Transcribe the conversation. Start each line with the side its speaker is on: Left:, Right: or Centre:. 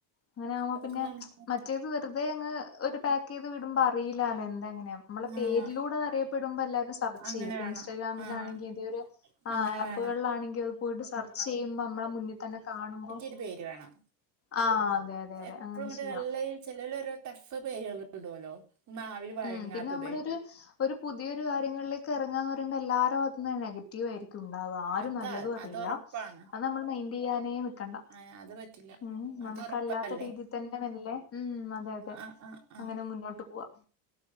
Left: അങ്ങനാവുമ്പോ
Right: അതൊക്കെ
Left: പിന്നെ
Right: നന്നായിട്ട്
Left: മറ്റേത് വെറുതെ അങ്ങ് ഒരു പാക് പാക്കെയ്ത് വിടുമ്പം അറില്ലാലോ എന്താ എങ്ങനെയ നമ്മള്
Right: ആഹ്
Left: പേരിലൂടെ അറിയപ്പെടുമ്പോ എല്ലാരും സെർച്ച്
Right: അങ്ങനെ
Left: ചെയ്യും ഇപ്പൊ
Right: വേണം
Left: ഇൻസ്റ്റാഗ്രാമിലാണെങ്കിൽ
Right: ആഹ്
Left: ഇത് ഒരു ആ
Right: അങ്ങനെ
Left: ആപ്പുകളിലാണെങ്കിൽ
Right: വേണം
Left: അത് പോയിട്ട് സെർച്ച് ചെയ്യുമ്പോ നമ്മളെ മുന്നിൽ തന്നെ കാണുമ്പോ
Right: ന്റെ പേര് വേണം
Left: ആഹ് അതെ അതെ അതെ
Right: എപ്പോഴും
Left: അങ്ങനെ
Right: ഇങ്ങട്ട്
Left: ചെയ്യണം
Right: നല്ല ചിലൊരു ടഫ് പേരള്ളു ഇടുല്ലോ നാവിൽ വയങ്ങാത്തത്
Left: ഉം പിന്നെ നമ്മളൊരു ഒരു പുതിയൊരു കാര്യങ്ങളിലേക്ക് ഇറങ്ങാന്ന് പറയുമ്പോ എല്ലാരും അതിന് നെഗറ്റീവ് ആയിരിക്കും ണ്ടാവുവാ ആരും
Right: അതാ
Left: നല്ലതും പറിയില്ല
Right: അതൊറപ്പാണ്
Left: അത് നമ്മൾ മയിൻ്റ് ചെയ്യാനേ നിക്കണ്ട
Right: ആ അത് പറ്റില്ല
Left: ഉം നമുക്കല്ലാത്ത
Right: അതൊറപ്പല്ലേ
Left: രീതിയിൽ തന്നെ വല്ലേ ഉം അതെ അതെ
Right: ആഹ് ആഹ് ആഹ്
Left: അങ്ങനെ മുന്നോട്ട് പോവാം